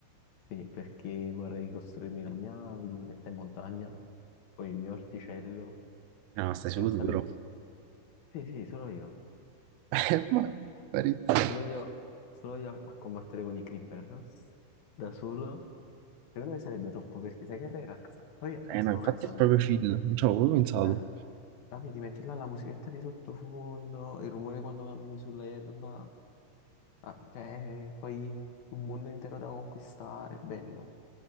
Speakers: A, on the left; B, on the right.
A: Sì, perché vorrei costruirmi la mia villetta in montagna, poi il mio orticello,
B: No, stai solo
A: senza
B: tu
A: le...
B: però.
A: Sì, sì, solo io.
B: <laughs> Ma parecchio.
A: Solo io, solo io a a combattere con i creeper, da solo. Secondo me sarebbe troppo, perché sai che relax. Poi eh,
B: Eh
A: stavo
B: no, infatti
A: pensando,
B: è proprio chill, non ci avevo proprio pensato.
A: la, la vedi, metti là la musichetta di sottofondo, il rumore quando cammini sull'erba, ah, cioè, poi un mondo intero da conquistare, bello.